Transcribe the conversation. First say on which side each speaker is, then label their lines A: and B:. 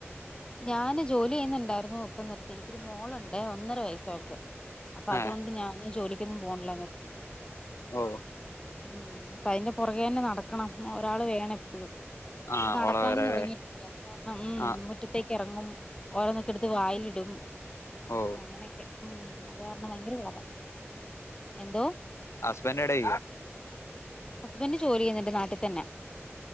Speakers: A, on the left; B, on the left.
A: ഞാന് ജോലി ചെയ്യുന്ന്ണ്ടായിരുന്നു ഇപ്പം നിർത്തി എനിക്കൊരു മോളുണ്ട് ഒന്നര വയസ്സാവക്ക് അപ്പൊ അതുകൊണ്ട്
B: ഏഹ്
A: ഞാന് ജോലിക്കൊന്നും പോവ്ണില്ല നിർത്തി
B: ഓ
A: ഉം അപ്പ അയിന്റെ പുറകെതന്നെ നടക്കണം ഒരാള് വേണം എപ്പഴും
B: ആഹ്
A: ഇപ്പ നടക്കാനും
B: ഓളവരല്ലേ
A: തുടങ്ങിയിട്ടുണ്ട് അത് കാരണം ഉം
B: ആഹ്
A: മുറ്റത്തേക്കെറങ്ങും ഓരോന്നൊക്കെടുത്ത് വായിലിടും
B: ഓ
A: അങ്ങനെയൊക്കെ ഉം അത് കാരണം ഭയങ്കര പാടാ എന്തോ
B: ഹസ്ബന്റ് ഏടെ
A: ഹസ്ബന്റ് ജോലി ചെയ്യുന്നുണ്ട് നാട്ടിതന്നെ